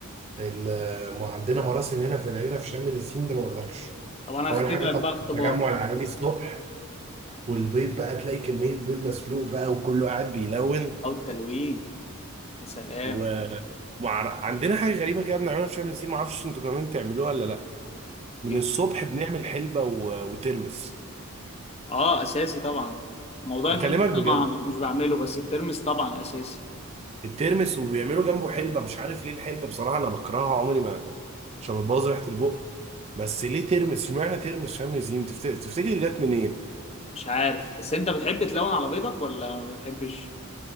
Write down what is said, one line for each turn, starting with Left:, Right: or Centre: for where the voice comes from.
Right: ال- م- عندنا مراسم هنا في العيله في شم النسيم ده ما اقولكش
Left: طب انا
Right: اول
Left: هختبرك
Right: حاجه طبعا
Left: بقى اختبار
Right: التجمع العائلي الصبح والبيض بقى تلاقي كمية بيض مسلوق بقى وكله قاعد بيلون
Left: او التلوين يا سلام
Right: و وعر... عندنا حاجة غريبة كده بنعملها في شم النسيم معرفش انتوا كمان بتعملوها ولا لا من
Left: إيه؟
Right: الصبح بنعمل حلبة و... وترمس
Left: اه اساسي طبعا موضوع
Right: بكلمك
Left: الحنة ده
Right: بجد
Left: ما مش بعمله بس الترمس طبعا اساسي
Right: الترمس وبيعملوا جنبه حلبة مش عارف ليه الحلبة بصراحة انا بكرهها عمري ما عشان بتبوظ ريحة البق بس ليه ترمس اشمعنى ترمس شم النسيم تفت... تفتكر جت منين
Left: مش عارف بس انت بتحب تلون على بيضك ولا ما بتحبش